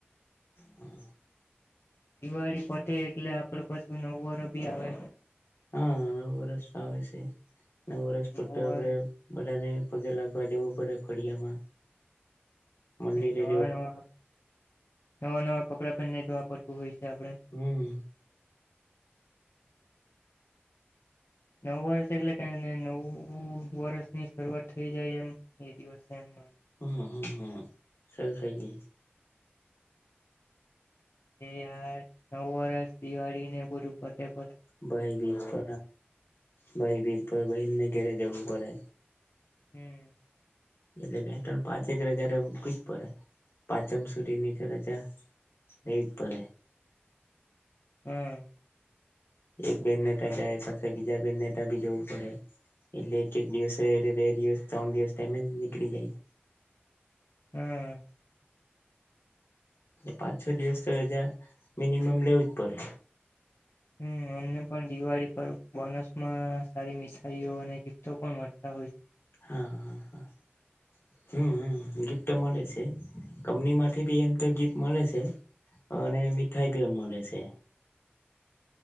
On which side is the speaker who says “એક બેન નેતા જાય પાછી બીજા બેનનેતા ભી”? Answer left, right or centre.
Left